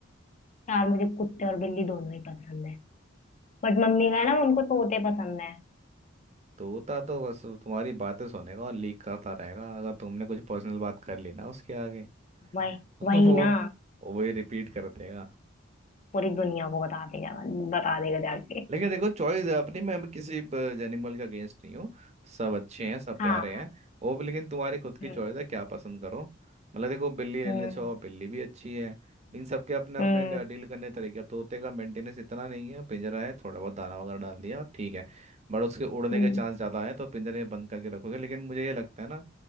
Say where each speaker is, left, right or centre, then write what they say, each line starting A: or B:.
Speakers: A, on the left; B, on the right.
A: यार मुझे कुत्ते और बिल्ली दोनों ही पसंद है बट मम्मी का है ना उनको तोते पसंद है
B: तोता तो बस तुम्हारी बातें सुनेगा और लीक करता रहेगा अगर तुमने कुछ पर्सनल बात कर ली ना उसके आगे <laughs>
A: वही
B: तो
A: वही
B: वो
A: ना
B: वो ही रिपीट कर देगा
A: पूरी दुनिया को बता देगा बता देगा जाके
B: लेकिन देखो चॉइस है अपनी मैं मैं किसी एनिमल के अगेंस्ट नहीं हूँ सब अच्छे हैं सब
A: हाँ
B: प्यारे हैं वो भी लेकिन तुम्हारी खुद की
A: हम्म
B: चॉइस है क्या पसंद करो मतलब देखो बिल्ली लेना
A: हम्म
B: चाहो बिल्ली भी अच्छी है लेकिन सबके अपने अपने
A: हम्म
B: डील करने के तरीके अब तोते का मेंटेनेंस इतना नहीं है पिंजरा है थोड़ा बहुत दाना वगैरह डाल दिया और ठीक है बट उसके उड़ने
A: हम्म।
B: के चांस ज़्यादा है तो पिंजरे में बंद करके रखोगे लेकिन मुझे ये लगता है ना